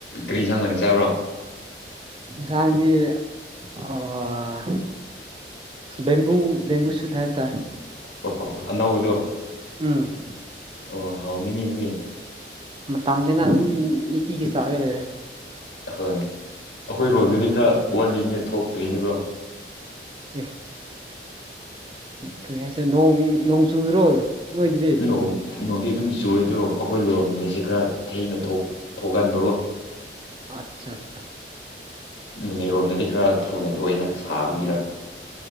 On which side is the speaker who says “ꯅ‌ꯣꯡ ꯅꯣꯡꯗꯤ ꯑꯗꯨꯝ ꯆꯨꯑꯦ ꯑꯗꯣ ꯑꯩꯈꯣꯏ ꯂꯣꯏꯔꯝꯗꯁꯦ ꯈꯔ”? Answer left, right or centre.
Left